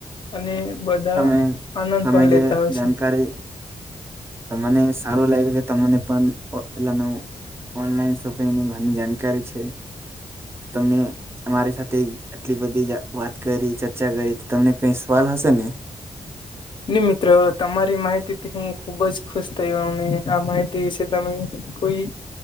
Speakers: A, on the left; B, on the right.
A: અને બધા
B: તમે
A: આનંદ
B: તમે
A: પણ
B: જે
A: લેતા હોય
B: જાણકારી
A: છે
B: તો મને સારું લાગ્યું કે તમને પણ પેહલાનું ઓનલાઈન શોપિંગની ઘણી જાનકારી છે. તમે અમારી સાથે આટલી બધી જે વાત કરી છે ચર્ચા કરીએ તો તમને કઈ સવાલ હશે ને?
A: ને મિત્રો તમારી માહિતીથી હું ખુબ જ ખુશ થયો ને આ માહિતી વિષે તમે કોઈ